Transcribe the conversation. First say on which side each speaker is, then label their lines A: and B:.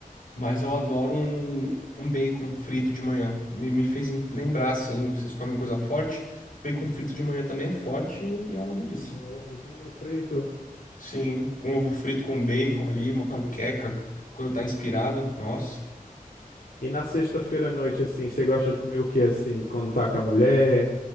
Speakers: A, on the left; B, on the left.
A: mas eu adoro um, um bacon frito de manhã. Me, me fez lembrar, assim, vocês comem coisa forte, bacon frito de manhã também é forte e é uma delícia.
B: Um ovozinho frito.
A: Sim, com ovo frito, com bacon ali, uma panqueca, quando tá inspirado, nossa.
B: E na sexta-feira à noite, assim, você gosta de comer o que, assim, quando tá com a mulher?